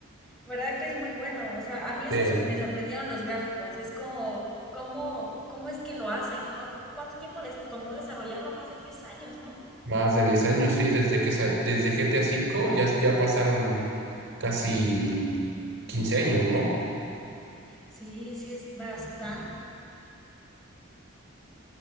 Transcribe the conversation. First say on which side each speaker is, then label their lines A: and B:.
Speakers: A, in the centre; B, on the right (about 60°).
A: ¿Verdad que es muy bueno? O sea, a mí ese
B: Sí.
A: so- me sorprendieron los gráficos. Es como, ¿cómo, cómo es que lo hacen, ¿no? ¿Cuánto tiempo les tomó desarrollarlo? Más de 10 años, ¿no?
B: Más de 10 años, sí. Desde que sa- desde GTA V ya, ya pasaron casi quince años, ¿no?
A: Sí, sí, es bastante.